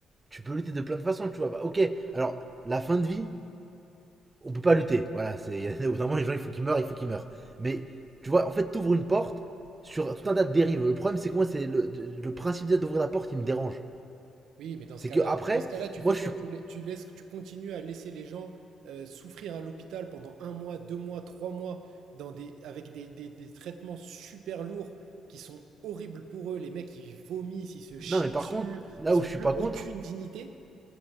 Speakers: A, on the right; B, on the right.
A: tu peux lutter de plein de façons, tu vois. Bah, ok, alors la fin de vie, on peut pas lutter. Voilà, c'est <laughs> au bout d'un moment, les gens, il faut qu'ils meurent, il faut qu'ils meurent. Mais tu vois, en fait, t'ouvres une porte sur tout un tas de dérives. Le problème, c'est que moi, c'est le, le principe d'ouvrir la porte qui me dérange.
B: Oui, mais dans
A: C'est
B: ce cas-là,
A: que après,
B: dans ce cas-là, tu
A: moi,
B: fais
A: je
B: quoi?
A: suis.
B: Tu, la- tu laisses, tu continues à laisser les gens euh, souffrir à l'hôpital pendant un mois, deux mois, trois mois, dans des, avec des, des- des traitements super lourds qui sont horribles pour eux. Les mecs, ils vomissent, ils se chient
A: Non, mais par
B: dessus,
A: contre, là
B: ils
A: où
B: n'ont
A: je
B: plus
A: suis pas
B: aucune
A: contre,
B: dignité.